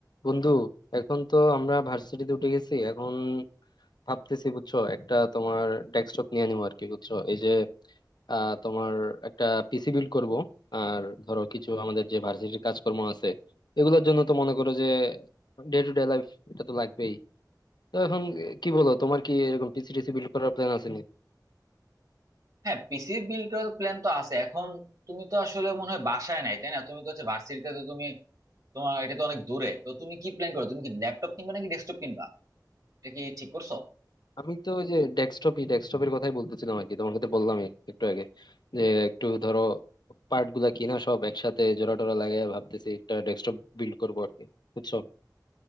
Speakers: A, on the left (about 70°); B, on the right (about 55°).
A: বন্ধু এখন তো আমরা ভার্সিটিতে উঠে গেছি এখন ভাবতেছি বুঝছো একটা তোমার ডেস্কটপ নিয়ে নিবো আর কি বুঝছো এই যে আহ, তোমার একটা পিসি বিল্ড করব আর ধরো কিছু আমাদের যে ভার্সিটির কাজকর্ম আছে এগুলোর জন্য তো মনে করো যে ডে টু ডে লাইফ এটা তো লাগবেই তো এখন কি বলো তোমার কি এরকম পিসি টিসি বিল্ড করার প্ল্যান আছে
B: হ্যাঁ PC build করার plan তো আছে এখন তুমি তো আসলে মনে হয় বাসায় নাই তাই না তুমি তো হচ্ছে ভার্সিটিতে তো তুমি তোমার এটা তো অনেক দূরে তো তুমি কি প্ল্যান করো তুমি কি ল্যাপটপ কিনবা নাকি ডেস্কটপ কিনবা এটা কি ঠিক করছো
A: আমি তো ওই যে ডেস্কটপই ডেস্কটপের কথাই বলতেছিলাম আর কি তোমাকে তো বললামই একটু আগে যে একটু ধরো পার্ট গুলা কিনা সব একসাথে জোড়া টোরা লাগাই ভাবতেছি একটা ডেস্কটপ বিল্ড করবো আর কি বুঝছো